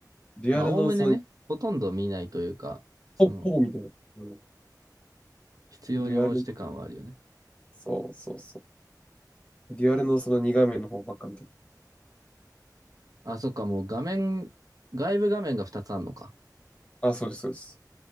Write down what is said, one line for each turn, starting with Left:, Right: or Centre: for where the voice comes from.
Left: デュアルのその、
Right: まあおおむねね、ほとんど見ないというか、その、
Left: ほ、ほぼ見てない。うん。
Right: 必要に応じて感はあるよね。
Left: デュアル、そうそうそう。デュアルのその2画面の方ばっか見てる。
Right: あ、そっか、もう画面、外部画面が2つあんのか。
Left: あ、そうです、そうです。